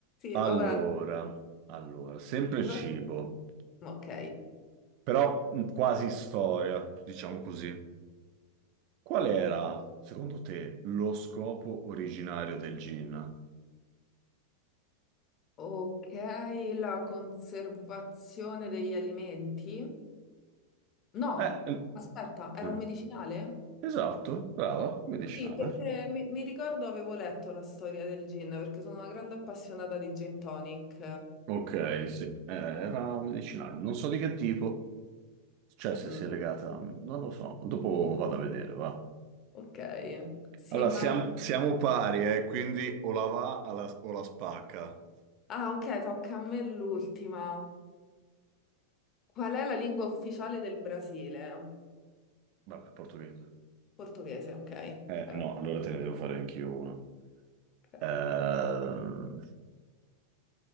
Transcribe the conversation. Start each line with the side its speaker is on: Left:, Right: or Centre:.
Right: Allora,
Left: Sì, vabbè.
Right: allora, sempre
Left: Però-
Right: cibo,
Left: Ok.
Right: però mh, quasi storia, diciamo così. Qual era, secondo te, lo scopo originario del gin?
Left: Ok, la conservazione degli alimenti? No,
Right: Eh, eh,
Left: aspetta, era
Right: mm.
Left: un medicinale?
Right: esatto, brava, medicinale.
Left: Sì, perché mi, mi ricordo avevo letto la storia del gin, perché sono una grande appassionata di gin tonic.
Right: Ok, sì, eh, era medicinale. Non so di che tipo. Cioè, se
Left: Mm,
Right: si è legata, non lo so. Dopo vado a vedere, va.
Left: Ok, sì,
Right: Allora,
Left: ma...
Right: siamo, siamo pari, eh, quindi o la va alla- o la spacca.
Left: Ah, ok, tocca a me l'ultima. Qual è la lingua ufficiale del Brasile?
Right: Vabbè, portoghese.
Left: Portoghese, ok.
Right: Eh,
Left: Ora.
Right: no, allora te ne devo fare anch'io una.
Left: Ok.
Right: Ehm,